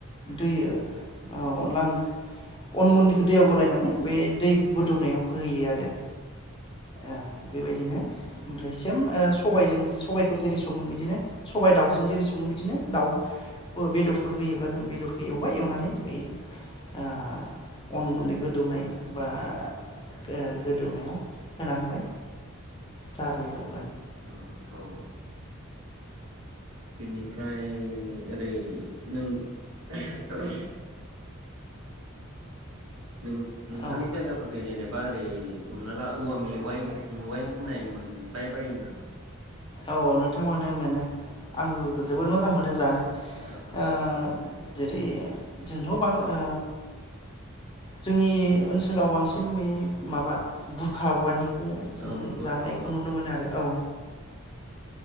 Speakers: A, on the left; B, on the right.
A: दैयो ओ अनला अन गुन्दैखौ दैयाव गलायनानै बे दै गोदौनायाव होयो आरो। औ बेबायदिनो
B: औ
A: ओमफ्राय सेम सबजों सबायखौ जेरै बिदिनो सबाय दाउजों जेरै <unintelligible> बिदिनो दाउ बेदर होयोब्ला जों बेदरखौ एवबाय एवनानै बै ओ अन गुन्दै गोदौनाय बा गो गोदौनायाव होना होबाय जाबाय आर
B: औ औ बेनिफ्राय ओरै नों <unintelligible> नों-नोंथांनि
A: औ
B: जायगाफोरखौ जेनेबा बा ओरै हमना ला औवा मेवाय मेवाय होननाय मोनबाय बायो नामा?
A: औ नोंथां मोनो मोनो।
B: औ
A: आंबो जोबोद मोजां मोनो जानो
B: औ
A: ओ जेरै जोंथ' बां ओ जोंनि ओनसोलाव बांसिन बे माबा बुरखा औवानि बे जों
B: औ बुरखा
A: जानायखौ
B: औवा
A: नुनो मोनो आरो औ